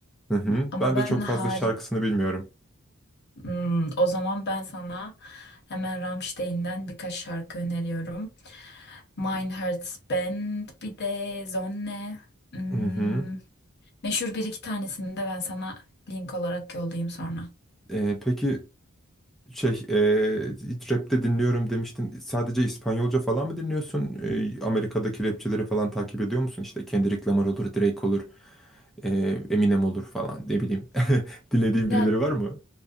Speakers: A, in the centre; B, on the left.
A: Hı hı.
B: Ama
A: Ben de
B: ben
A: çok
B: hari...
A: fazla şarkısını bilmiyorum.
B: Hmm, o zaman ben sana hemen Rammstein'den birkaç şarkı öneriyorum. Mein Herz Band bir de Zonne. Hmm,
A: Hı hı.
B: meşhur bir iki tanesini de ben sana link olarak yollayayım sonra.
A: Ee, peki şey e, rapte dinliyorum demiştin. Sadece İspanyolca falan mı dinliyorsun? Ee, Amerika'daki rapçileri falan takip ediyor musun? İşte Kendrick Lamar olur, Drake olur, e, Eminem olur falan ne bileyim. <laughs> Dinlediğin
B: Ya
A: birileri var mı?